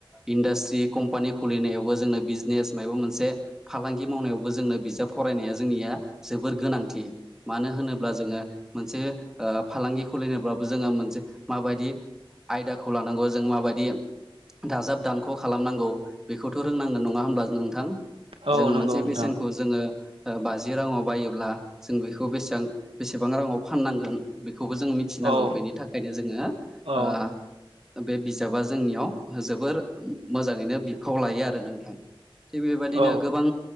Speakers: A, in the centre; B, on the right.
A: इन्डास्ट्रि कम्पानि खुलिनायावबो जोंनो बिजनेस माइबा मोनसे फालांगि मावनायावबो जोंनो बिजाब फरायनाया जोंनिया जोबोर गोनांथि। मानो होनोब्ला जोङो मोनसे ओ फालांगि खुलिनोब्लाबो जोङो मोनसे माबायदि आयदाखौ लानांगौ जों माबायदि दाजाब दानख' खालामनांगौ बेखौथ' रोंनांगोन नङा होमब्ला नोंथां।
B: औ
A: जोङो
B: नंगौ
A: मोनसे
B: नोंथां
A: बेसेनखौ जोङो ओ बाजि राङाव बायोब्ला जों बेखौ बेसां बेसेबां राङाव फाननांगोन बेखौबो जों मि मिथिनांगौ
B: औ
A: बेनि थाखायनो जोङो
B: औ
A: ओ बे बिजाबा जोंनियाव जोबोर मोजाङैनो बिफाव लायो आरो नोंथां थिग बेबायदिनो
B: औ
A: गोबां